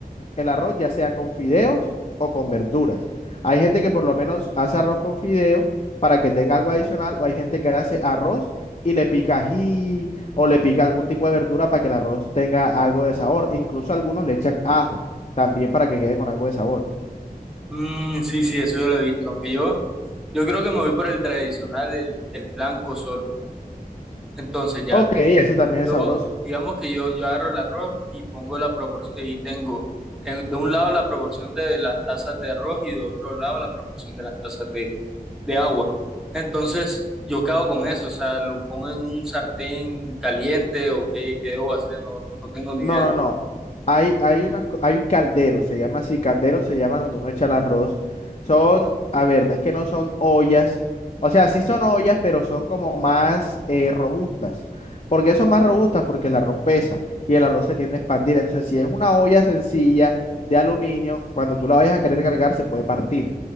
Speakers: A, on the left; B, in the centre.
A: el arroz ya sea con fideos o con verduras. Hay gente que por lo menos hace arroz con fideo para que tenga algo adicional, o hay gente que hace arroz y le pica ají o le pica algún tipo de verdura para que el arroz tenga algo de sabor. Incluso algunos le echan ajo también para que quede con algo de sabor.
B: Mm, sí, sí, eso yo lo he visto, aunque yo, yo creo que me voy por el tradicional, el, el blanco solo. Entonces ya.
A: Ok, ese también
B: Yo,
A: es sabroso.
B: digamos que yo, yo agarro el arroz y pongo la proporción, y tengo en- de un lado la proporción de las tazas de arroz y de otro lado la proporción de las tazas de, de agua. Entonces, yo quedo con eso, o sea, lo pongo en un sartén caliente o qué, qué debo hacer, no, no tengo ni
A: No,
B: idea.
A: no, no. Hay, hay unas, co- hay calderos, se llama así, calderos se llama donde uno echa el arroz. Son, a ver, no es que no son ollas. O sea, sí son ollas, pero son como más eh, robustas. ¿Por qué son más robustas? Porque el arroz pesa y el arroz se tiende a expandir. Entonces, si es una olla sencilla de aluminio, cuando tú la vayas a querer cargar, se puede partir.